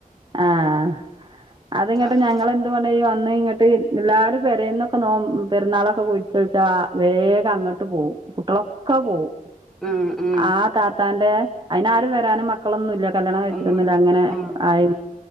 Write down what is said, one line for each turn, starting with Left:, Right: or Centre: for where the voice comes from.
Right: ആഹ് അത്ങ്ങട്ട്
Centre: ആഹ്
Right: ഞങൾ വന്ന് ഇങ്ങട്ട് എല്ലാരും പെരേന്നൊക്കെ നോ പെരുന്നാളൊക്കെ കുഴിച്ചു എന്താ വേഗം അങ്ങോട്ട് പോവും കുട്ടികളൊക്കെ പോവും
Centre: ഉം ഉം
Right: ആ താത്താന്റെ അയിന് ആരും വരാനും മക്കളൊന്നുംല്ല കല്യാണം കഴിച്ചിട്ടൊന്നുമില്ല
Centre: ഒന്നുല്ല
Right: അങ്ങനെ
Centre: ആഹ്
Right: ആയി